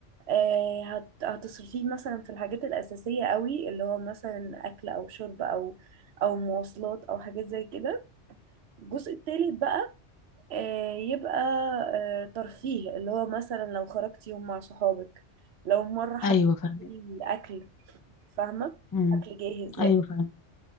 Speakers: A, on the right; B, on the left.
A: آه، هت- هتصرفيه مثلا في الحاجات الأساسية قوي اللي هو مثلا أكل أو شرب أو أو مواصلات أو حاجات زي كده الجزء التالت بقى آه، يبقى آه، ترفيه اللي هو مثلا لو خرجتي يوم مع صحابك لو مرة حبيتي
B: ايوه فاهمه
A: تجيبي أكل فاهمة
B: امم
A: أكل جاهز
B: ايوه
A: يعني
B: فاهمه